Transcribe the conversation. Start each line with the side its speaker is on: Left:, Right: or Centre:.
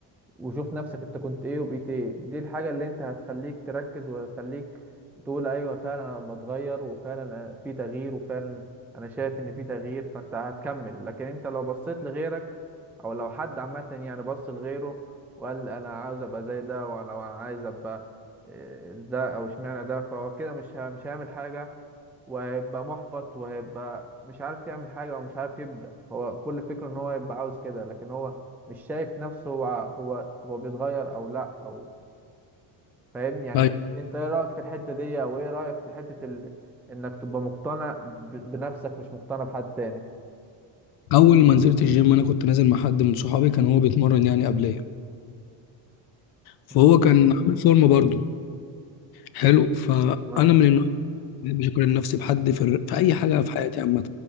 Centre: وشوف نفسك انت كنت ايه وبقيت ايه دي الحاجة اللي انت هتخليك تركز وهتخليك تقول ايوه فعلا انا بتغير وفعلا في تغيير وفعلا انا شايف ان في تغيير فانت هتكمل لكن انت لو بصيت لغيرك او لو حد عامة يعني بص لغيره وقال انا عاوز ابقى زي ده وانا لو انا عايز ابقى اه، ده او اشمعنى ده فهو كده مش ه- مش هيعمل حاجة وهيبقى محبط وهيبقى مش عارف يعمل حاجة او مش عارف يبدأ هو كل فكرة ان هو يبقى عاوز كده لكن هو مش شايف نفسه هو هو هو بيتغير او لا او فاهم يعني
Left: طيب،
Centre: انت ايه رايك في الحته دي او ايه رايك في حته ال... انك تبقى مقتنع ب... ب- بنفسك مش مقتنع بحد تاني
Left: اول ما نزلت الجيم انا كنت نازل مع حد من صحابي كان هو بيتمرن يعني قبليه فهو
Centre: مم.
Left: كان عامل فورمه برضه حلو فانا
Centre: تمام
Left: من النوع ما بحبش اقارن نفسي بحد في, الر- في اي حاجه في حياتي عامه